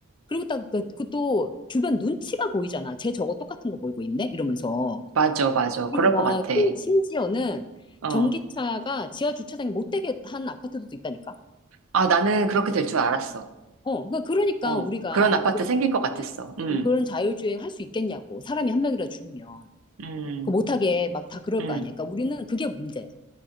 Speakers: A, on the left; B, on the right.
A: 그리고 딱그또 주변 눈치가 보이잖아. 쟤 저거 똑같은 거 몰고 있네 이러면서.
B: 맞아, 맞아.
A: 그리고
B: 그럴
A: 막
B: 것 같아.
A: 심- 심지어는
B: 어.
A: 전기차가 지하 주차장에 못 되게 한 아파트도 있다니까.
B: 아, 나는 그렇게 될 줄 알았어.
A: 어, 그러니까 그러니까
B: 어,
A: 우리가
B: 그런 아파트
A: 그거
B: 생길 것 같았어. 음,
A: 어, 그런 자율주행 할 수 있겠냐고 사람이 한 명이라 죽으면.
B: 음,
A: 그 못하게 막 다 그럴
B: 음.
A: 거 아니야. 그러니까 우리는 그게 문제야.